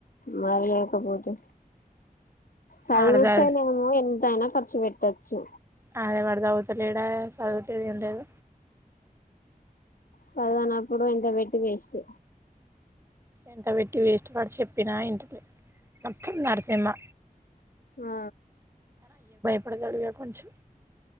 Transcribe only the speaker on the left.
మరి లేకపోతే చదువుతేనేమో
ఎంతైనా ఖర్చు పెట్టొచ్చు
సదవనప్పుడు ఇంత పెట్టి వేస్ట్
ఆ